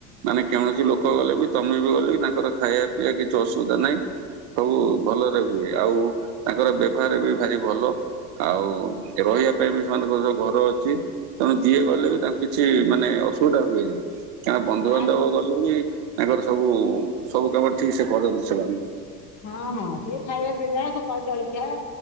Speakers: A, on the right (about 40°); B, on the left (about 35°).
A: ମାନେ କୌଣସି ଲୋକ ଗଲେ ବି ତୋମେ ବି ଗଲେ ବି ତାଙ୍କର ଖାଇବା ପିଇବା କିଛି ଅସୁବିଧା ନାହିଁ। ସବୁ ଭଲରେ ହୁଏ ଆଉ ତାଙ୍କର ବ୍ୟବହାର ବି ଭାରି ଭଲ। ଆଉ ରହିବା ପାଇଁ ବି ସେମାନଙ୍କ ଯୋଉ ଘର ଅଛି। ତେଣୁ ଯିଏ ଗଲେ ବି ତାଙ୍କୁ କିଛି ମାନେ ଅସୁବିଧା ହୁଏନି। ତାଙ୍କ ବନ୍ଧୁବାନ୍ଧବ
B: ନା ନା
A: ଗଲେ ବି ତାଙ୍କର ସବୁ, ସବୁ କାମ ଠିକ ସେ କରନ୍ତି ସେମାନେ।
B: ହଁ, ହଁ ସିଏ ଖାଇବା ପିଇବା ସକାଳୁ ଜଳଖିଆ।